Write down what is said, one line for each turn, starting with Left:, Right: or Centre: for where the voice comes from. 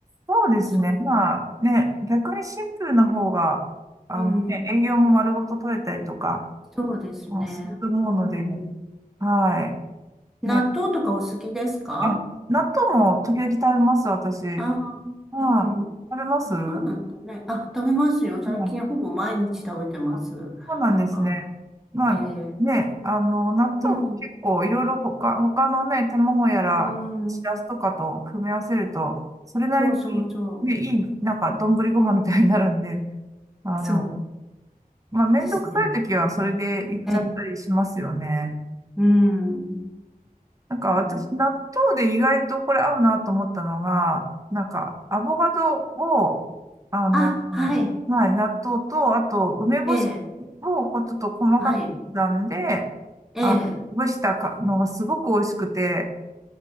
Right: そうですね。
Centre: そう。
Right: まあ、ね、逆にシンプルな方が、あの、
Centre: うん。
Right: ね、栄養も丸ごと取れたりとか、
Centre: そうですね。
Right: まあ、すると思うので、
Centre: うん。
Right: はい。
Centre: 納豆とかお好きですか
Right: ね、あ、納豆も時々食べます、私。
Centre: ああー、
Right: はい。
Centre: うん。
Right: 食べますう
Centre: そうなんだね。あ、食べますよ。最近ほぼ毎日食べてます。
Right: んあそうなんですね。
Centre: あ、
Right: まあね、
Centre: えー、
Right: あの、納豆も結構いろいろ他、
Centre: うん、
Right: 他のね、卵やら、
Centre: うん。
Right: しらすとかと組み合わせると、それなりに、
Centre: そうそうそう。
Right: ね、いい、なんか、丼ご飯みたいになるんで、あの、
Centre: そ
Right: まあ、めんどくさい時はそれでいっちゃったりしますよね。
Centre: うですね。ええ、うん、
Right: なんか私、
Centre: うん。
Right: 納豆で意外とこれ合うなと思ったのが、なんか、アボカドを、あの、
Centre: あ、はい。
Right: まあ、納豆と、あと、梅干し
Centre: ええ、
Right: をこうちょっと細かく刻んで、
Centre: はい。ええ、
Right: あ、ほぐしたかのがすごく美味しくて、